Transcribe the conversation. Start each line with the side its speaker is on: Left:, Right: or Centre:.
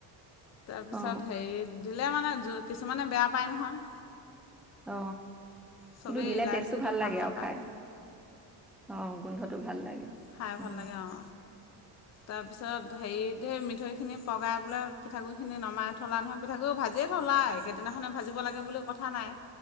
Left: তাৰপিছত
Centre: অ
Left: হেৰি দিলে মানে। যো কিছুমানে বেয়া পায় নহয়।
Centre: অ,
Left: চবেই
Centre: কিন্তু দিলে
Left: ইলাচিটো
Centre: টেষ্টটো ভাল লাগে
Left: নাপায়
Centre: আৰু খাই, অ গোন্ধটো ভাল লাগে,
Left: খাই ভাল
Centre: উম।
Left: লাগে অঁ, তাৰপিছত হেৰিতে মিঠৈখিনি পগাই বোলে পিঠাগুৰিখিনি নমাই থলা নহয় পিঠাগুৰি ভাজিয়ে থলা এইকেইদিনাখনে ভাজিব লাগে বুলি কথা নাই।